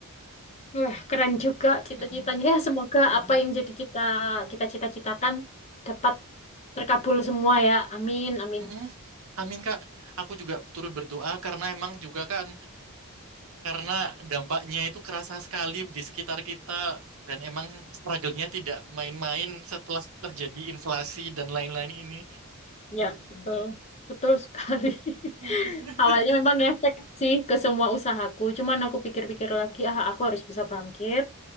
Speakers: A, on the left; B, on the right.
A: Wah, keren juga cita-citanya.
B: Mm-mm,
A: Ya, semoga
B: mm-mm,
A: apa yang jadi kita kita cita-citakan dapat terkabul semua ya. Amin, amin.
B: mm-mm. Amin Kak, aku juga turut berdoa karena emang juga kan karena dampaknya itu kerasa sekali di sekitar kita dan emang struggle-nya tidak main-main setelah terjadi inflasi dan lain-lain ini.
A: Ya, betul. Betul sekali. <laughs>
B: <laughs>
A: Awalnya memang ngefek sih ke semua usahaku, cuman aku pikir-pikir lagi, ah aku harus bisa bangkit,